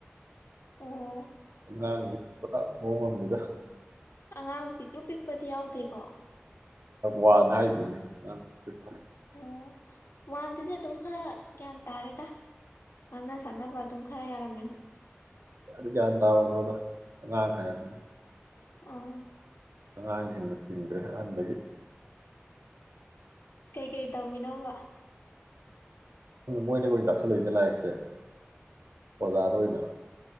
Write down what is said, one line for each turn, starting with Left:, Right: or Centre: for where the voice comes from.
Left: ꯑꯣ꯫
Right: ꯑꯉꯥꯡ <unintelligible> ꯄꯨꯔꯥ ꯃꯑꯣꯡ ꯑꯝꯅꯤꯗ꯫
Left: ꯑꯉꯥꯡ ꯄꯤꯛꯇ꯭ꯔꯨ ꯄꯤ ꯄꯗꯤ ꯌꯥꯎꯗꯦꯀꯣ꯫
Right: ꯋꯥꯟ ꯍꯥꯏꯗꯨꯅꯤ <unintelligible>
Left: ꯑꯣ ꯋꯥꯟꯗꯨꯗꯤ ꯑꯗꯨꯝ ꯈꯔ ꯒ꯭ꯌꯥꯟ ꯇꯥꯔꯦꯗ ꯉꯥꯡꯅ ꯁꯛꯅꯕ ꯑꯗꯨꯝ ꯈꯔ ꯌꯥꯔꯝꯃꯅꯤ꯫
Right: ꯀꯗꯥꯏꯗꯩ ꯒꯌ꯭ꯥꯟ ꯇꯥꯕꯅꯣꯗ ꯑꯉꯥꯡ ꯍꯥꯏꯔꯦꯗꯅ꯫
Left: ꯎꯝ꯫
Right: ꯑꯉꯥꯡꯁꯤꯡꯅ ꯁꯤꯡꯈ꯭ꯔꯦ ꯑꯍꯟꯗꯒꯤ꯫
Left: ꯀꯩꯀꯩ ꯇꯧꯏꯅꯣꯕ꯫
Right: ꯃꯣꯏꯅꯒ ꯑꯣꯏꯅ ꯇꯛꯁꯜꯂꯛꯏꯅꯦ ꯂꯥꯏꯔꯤꯛꯁꯦ ꯑꯣꯖꯥꯗ ꯑꯣꯏꯅ꯫